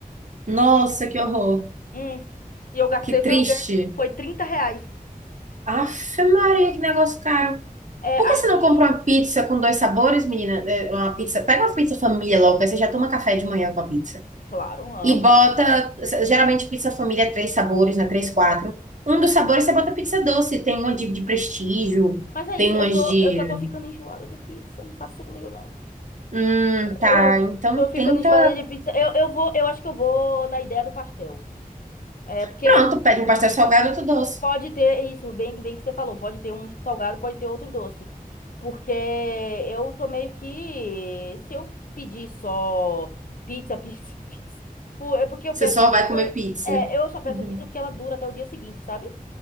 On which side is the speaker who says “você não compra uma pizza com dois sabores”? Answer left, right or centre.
Right